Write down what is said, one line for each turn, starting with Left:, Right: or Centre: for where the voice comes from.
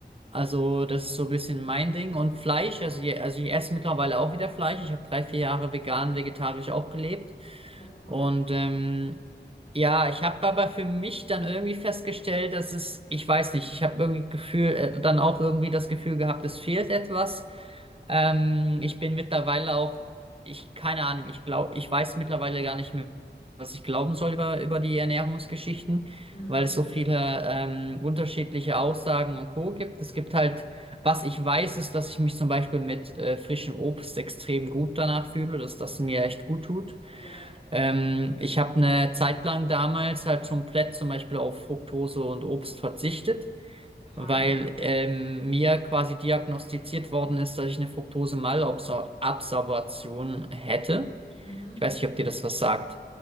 Right: Also das ist so ein bisschen mein Ding und Fleisch, also, je- also ich esse mittlerweile auch wieder Fleisch. Ich habe drei, vier Jahre vegan, vegetarisch auch gelebt.
Left: Ja, cool.
Right: Und ähm, ja, ich habe aber für mich dann irgendwie festgestellt, dass es, ich weiß nicht, ich habe irgendwie Gefühl, äh, dann auch irgendwie das Gefühl gehabt, es fehlt etwas. Ähm, ich bin mittlerweile auch, ich, keine Ahnung, ich glaube, ich weiß mittlerweile gar nicht mehr, was ich glauben soll über, über die Ernährungsgeschichten,
Left: Mhm.
Right: weil es so viele ähm, unterschiedliche Aussagen und Co. gibt. Es gibt halt, was ich weiß, ist, dass ich mich zum Beispiel mit äh, frischem Obst extrem gut danach fühle, dass das mir echt gut tut.
Left: Ja,
Right: Ähm, ich habe eine Zeit lang damals halt komplett zum Beispiel auf Fructose und Obst verzichtet,
Left: ach Wahnsinn.
Right: weil ähm, mir quasi diagnostiziert worden ist, dass ich eine Fructose-Malabsorption hätte.
Left: Mhm.
Right: Ich weiß nicht, ob dir das was sagt.